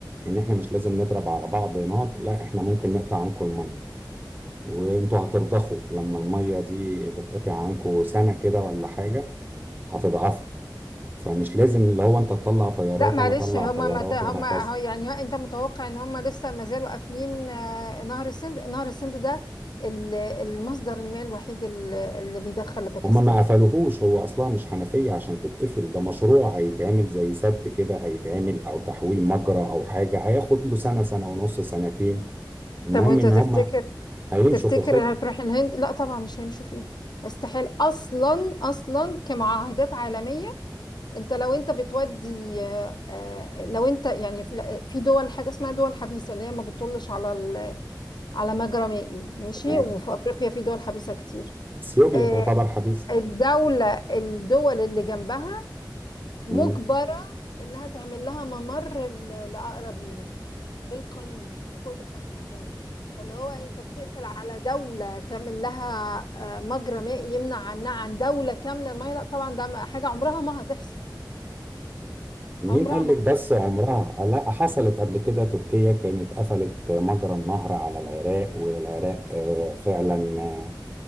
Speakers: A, on the right; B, on the left.
A: ان احنا مش لازم نضرب على بعض نار لا احنا ممكن نقطع عنكم الميه وانتوا هترضخوا لما الميه دي تتقطع عنكم سنه كده ولا حاجه هتضعفوا فمش لازم اللي هو انت تطلع طيارات
B: لا معلش
A: انا اطلع
B: هما
A: طيارات
B: مت... هما
A: وهكذا
B: هو يعني هو انت متوقع ان هما لسه ما زالوا قافلين آه، نهر السند نهر السند ده ال- المصدر المائي الوحيد ال- اللي بيدخل لباكستان
A: هما ما قفلوهوش هو اصلا مش حنفية عشان تتقفل ده مشروع هيتعمل زي سد كده هيتعمل او تحويل مجرى او حاجة هياخد له سنة سنة ونص سنتين المهم
B: طب وانت
A: ان
B: تفتكر
A: هما هيمشوا
B: تفتكر
A: في الخطة
B: هتروح الهند لا طبعا مش هيمشوا فيها استحيل اصلا اصلا كمعاهدات عالميه انت لو انت بتودي آه، آه، لو انت يعني في في دول حاجه اسمها دول حبيسه اللي هي ما بتطلش على على مجرى مائي ماشي
A: يعني
B: وفي افريقيا في دول حبيسه كتير
A: اثيوبيا
B: آه،
A: تعتبر حبيسة
B: الدوله الدول اللي جنبها مجبره
A: مم.
B: انها تعمل لها ممر ل- لاقرب ميناء بالقانون بقوه القانون الدولي فاللي هو انت بتقفل على دوله تعمل لها آه، مجرى مائي يمنع عنها عن دوله كامله الميه لا طبعا ده ما- حاجه عمرها ما هتحصل
A: مين
B: عمرها
A: قال
B: ما
A: لك
B: هتحصل
A: بس عمرها لا حصلت قبل كده تركيا كانت قفلت مجرى النهر على العراق والعراق آه، فعلا آه،